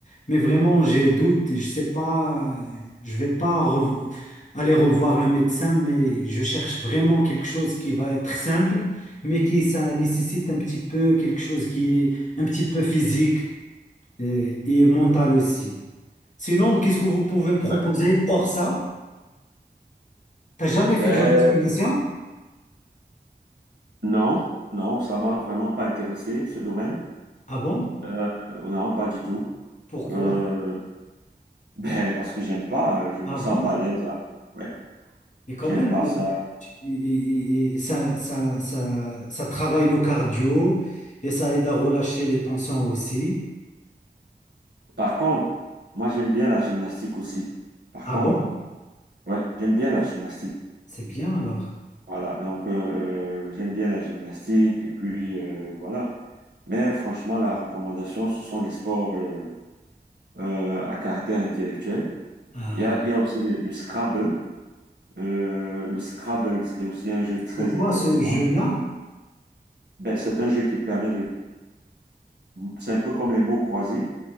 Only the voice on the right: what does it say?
Ouais.
Ben,
Non, non, ça m'a vraiment pas intéressé, ce domaine.
Euh, non, pas du tout.
Euh, ben, parce que j'aime pas, euh, je me
sens
pas à l'aise. à- Ouais,
j'aime
pas ça.
Par contre, moi, j'aime bien la gymnastique aussi. Par
contre,
ouais, j'aime bien la gymnastique.
Voilà, donc euh, j'aime bien la gymnastique et puis euh, voilà. Mais franchement, la recommandation, ce sont les sports euh, euh, à caractère intellectuel.
Il y a, il y a aussi le, le Scrabble. Euh, le Scrabble, c'est aussi un jeu très
intéressant.
Ben, c'est un jeu qui permet de... C'est un peu comme les mots croisés.